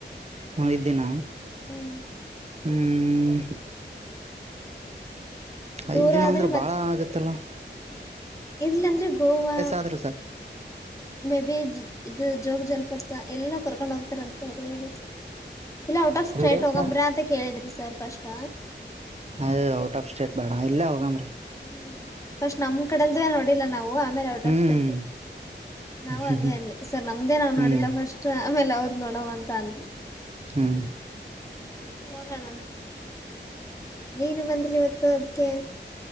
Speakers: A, on the right; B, on the left.
A: ಹ್ಮ ಐದ್ದಿನ
B: ಹ್ಮ್
A: ಹ್ಮ
B: ದೂರ
A: ಐದ್ ದಿನ
B: ಆದ್ರೆ
A: ಅಂದ್ರೆ ಬಾಳ ಆಗುತ್ತಲ್ಲಾ
B: ಇರ್ಲ್ಲ ಅಂದ್ರೆ ಗೋವಾ
A: ಆದ್ರಿ ಸರ್
B: ಮೇ ಬಿ ಇದು ಜೋಗ ಜಲಪಾತ ಎಲ್ಲ ಕರ್ಕೊಂಡು ಹೋಗ್ತಾರಂತ ಅವ್ರು ಹೇಳಿದ್ರು. ಇಲ್ಲ out of
A: three
B: state
A: days
B: ಹೋಗಂಬ್ರಿ ಅಂತ ಕೇಳಿದ್ರಿ ಸರ್ ಫಸ್ಟ್
A: ಅದು ಔಟ್ ಆಫ್ ಸ್ಟೇಟ್ ಬೇಡ ಇಲ್ಲೇ ಹೋಗೋಮ್ರಿ
B: ಹ್ಮ್ ಫಸ್ಟ್ ನಮ ಕಡೆಲ್ದ ನೋಡಿಲ್ಲ ನಾವು ಆಮೇಲೆ ಅವಡ್ರ
A: ಹ್ಮ್
B: ನಾವು
A: ಹ್ಮ್
B: ಅದೇ ಅಂದ್ವಿ ಸರ್ ನಮ್ದೇ ನಾವ್
A: ಹ್ಮ್
B: ನೋಡಿಲ್ಲ ಫಸ್ಟ್ ಆಮೇಲೆ ಅವ್ರ ನೋಡವ ಅಂತ ಅಂದ್ವಿ
A: ಹ್ಮ್
B: ಹೋಗಣ ಏನು ಬಂದಿಲ್ಲ ಇವತ್ತು ಅದಕ್ಕೆ